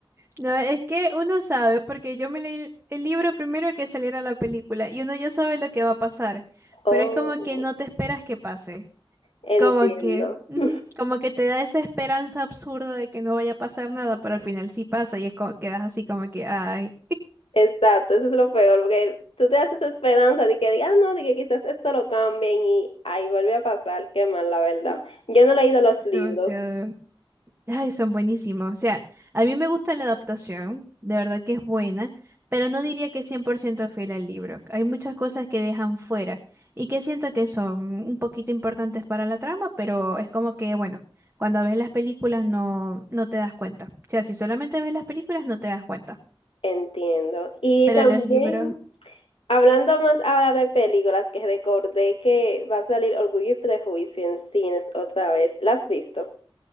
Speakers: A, on the right (about 25°); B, on the left (about 75°).
A: No, es que uno sabe, porque yo me leí el libro primero que saliera la película y uno ya sabe lo que va a pasar,
B: Oh,
A: pero es como que no te esperas que pase,
B: entiendo.
A: como que, ujú,
B: <laughs>
A: como que te da esa esperanza absurda de que no vaya a pasar nada, pero al final sí pasa y es como, quedas así como que, ay,
B: Exacto, eso es lo peor, porque tú te haces esperanza de que digas, "Ah, no, de que quizás esto lo cambien y ahí vuelve a pasar, qué mal, la verdad. Yo no he leído los libros,
A: demasiado. Ay, son buenísimos. O sea, a mí me gusta la adaptación, de verdad que es buena, pero no diría que es 100% fiel al libro. Hay muchas cosas que dejan fuera y que siento que son un poquito importantes para la trama, pero es como que, bueno, cuando ves las películas no, no te das cuenta. O sea, si solamente ves las películas no te das cuenta,
B: entiendo. Y
A: pero
B: también,
A: los libros
B: hablando más ahora de películas, que recordé que va a salir Orgullo y Prejuicio en cines otra vez, ¿las has visto?